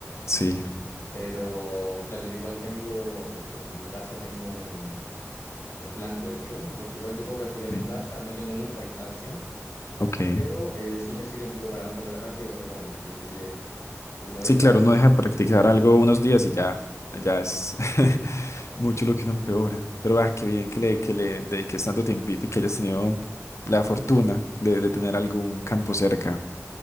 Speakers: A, on the left; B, on the left.
A: Sí.
B: Pero claro, yo igual tengo, en, en- en mi casa tengo un, eh, un blanco de tiro, entonces igual yo puedo practicar en
A: sí,
B: mi casa, no tengo mucha distancia,
A: Ok.
B: pero eh, sí me sirve un poco para no perder la práctica, porque bueno, viste que uno deja
A: Sí, claro, uno deja
B: un
A: de practicar
B: tiempo.
A: algo unos
B: Sí,
A: días y ya, ya es <laughs> mucho lo que uno empeora. Pero ah,
B: sí,
A: qué bien que le, que le dediques tanto tiempito y que hayas tenido la fortuna de, de tener algún campo cerca.